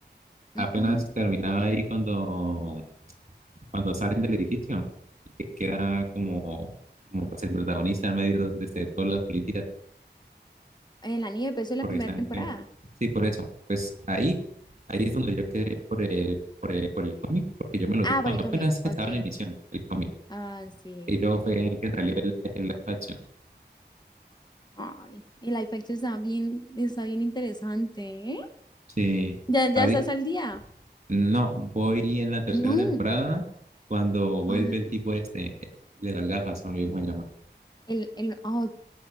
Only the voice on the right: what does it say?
Apenas
terminaba ahí cuando, cuando salen del edificio, y que queda como, como pues el protagonista en medio de este- todos los policías,
porque
están...
eh, sí, por eso. Pues ahí, ahí es donde yo quedé por el, por el, por el cómic, porque yo me lo
vi cuando
apenas estaba
en emisión el cómic.
Y luego fue que salió el, el live action.
Sí,
ahorita,
no, voy en la tercera
temporada cuando vuelve
el tipo este, el de las gafas, no lo olvidé cómo se llama,